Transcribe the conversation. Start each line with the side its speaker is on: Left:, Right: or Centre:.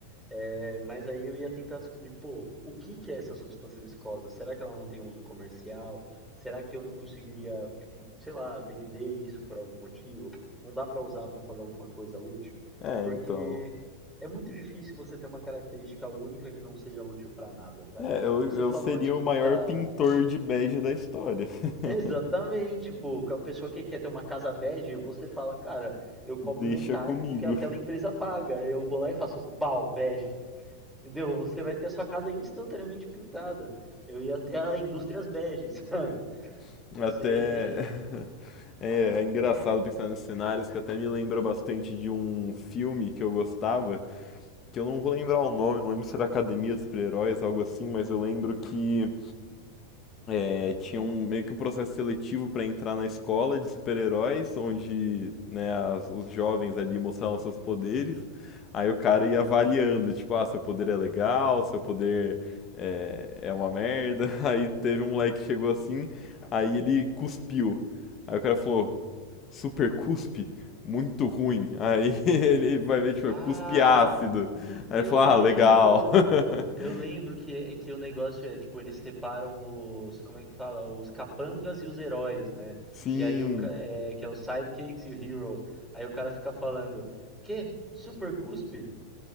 Centre: É, mas aí eu ia tentar descobrir, pô, o que que é essa substância viscosa? Será que ela não tem uso comercial? Será que eu não conseguiria, tipo, sei lá, vender isso por algum motivo? Não dá pra usar pra fazer alguma coisa útil?
Left: É,
Centre: Porque
Left: então.
Centre: é muito difícil você ter uma característica única que não seja útil pra nada, cara.
Left: É, eu,
Centre: Você
Left: eu
Centre: falou
Left: seria
Centre: de
Left: o
Centre: pintar
Left: maior pintor de bege da história. <laughs>
Centre: Exatamente, pô. A pessoa que quer ter uma casa bege, você fala, cara, eu cobro
Left: Deixa
Centre: metade
Left: comigo.
Centre: do que aquela empresa paga. Eu vou lá e faço bal, bege. Entendeu? Você vai ter a sua casa instantaneamente pintada. Eu ia até a Indústrias Bege, <laughs> sabe?
Left: <laughs>
Centre: Ia
Left: Até.
Centre: ser.
Left: <laughs> É, é engraçado pensar nos cenários, que até me lembra bastante de um filme que eu gostava, que eu não vou lembrar o nome, não lembro se era Academia dos Super-Heróis, algo assim, mas eu lembro que É, tinha um, meio que um processo seletivo para entrar na escola de super-heróis, onde né, as- os jovens ali mostravam seus poderes. Aí o cara
Centre: Aham.
Left: ia avaliando, tipo, ah, seu poder é legal, seu poder é, é uma merda. <laughs> Aí teve um moleque que chegou assim, aí ele cuspiu. Aí o cara falou, super cuspe? Muito ruim. Aí <laughs> ele vai ver, tipo,
Centre: Ah,
Left: cuspe ácido. Aí
Centre: Eu
Left: ele falou,
Centre: lembro!
Left: ah, legal. <laughs>
Centre: Eu lembro que, que o negócio é, tipo, eles separam os, como é que fala? Os capangas e os heróis, né?
Left: Sim,
Centre: E aí o, ca- é, que é os sidekicks e os heroes. Aí o cara fica falando, que? Super Cuspe?